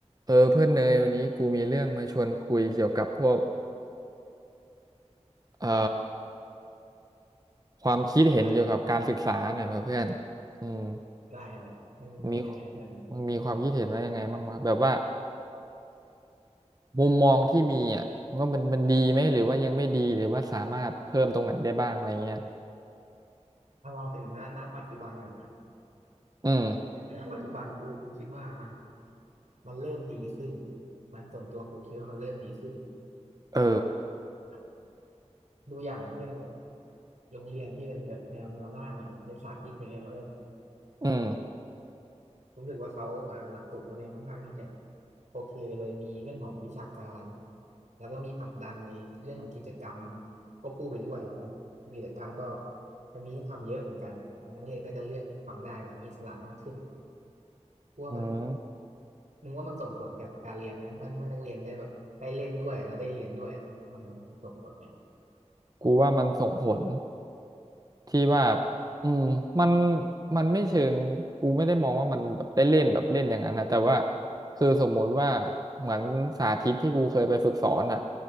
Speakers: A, on the right; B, on the right.
A: เออเพื่อนเนยวันนี้กูมีเรื่องมาชวนคุยเกี่ยวกับพวกเอ่อความคิดเห็นเกี่ยวกับการศึกษาหน่อยมาเพื่อน
B: ช่วงอะไรครับ
A: อืม
B: ได้เลยมันมันยังไงเพื่อน
A: มีมึงมีความคิดเห็นว่ายังไงบ้างวะแบบว่ามุมมองที่มีอ่ะว่ามันมันดีไหมหรือว่ายังไม่ดีหรือว่าสามารถเพิ่มตรงไหนได้บ้างอะไรเงี้ย
B: ถ้ามองถึงหน้าปัจจุบันก่อนนะ
A: อืม
B: หปัจจุบันกูกูคิดว่ามันมันเริ่มดีขึ้นนะส่วนตัวกูคิดว่ามันเริ่มดีขึ้น
A: เออ
B: ครับดูอย่างเช่นแบบโรงเรียนที่เป็นแบบแนวแนวหน้าหน่อยอย่างเป็นสาธิตอย่างเงี้ยเพื่อน
A: อืม
B: รู้สึกว่าเขาอ่าหลักสูตรเขาเนี่ยค่อนข้างที่จะโอเคเลยมีเรื่องของวิชาการแล้วก็มีผลักดันในเรื่องของกิจกรรมควบคู่ไปด้วยนะครับกิจกรรมก็จะมีให้ทำเยอะเหนัมือนกันนักเรียนก็จะเลือกทำได้แบบมีอิสระมากขึ้น กลัวมัน
A: อืม
B: นึกว่ามันส่งผลกับการเรียนไหมว่าเมื่อนักเรียนได้แบบได้เล่นด้วยแล้วได้เรียนด้วยว่ามันส่งผลไหม
A: กูว่ามันส่งผล ที่ว่าอืมมันมันไม่เชิงกูไม่ได้มองว่ามันแบบได้เล่นแบบเล่นอย่างนั้นนะแต่ว่าคือสมมุติว่าเหมือนสาธิตที่กูเคยไปฝึกสอนอ่ะ